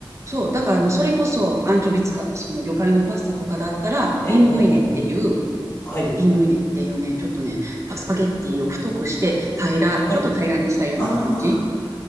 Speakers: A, on the right (about 35°); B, on the left (about 30°).
A: そう、だからもうそれこそアンチョビ使ったその魚介のパスタとかだったら、
B: ええ、
A: リングイネっていう、
B: ええ、ええはい、
A: リングイネっていうね、ちょっとね、パスパゲッティを太くして平ら、
B: はい。
A: ちょっと平らにしたような感じ
B: ああ、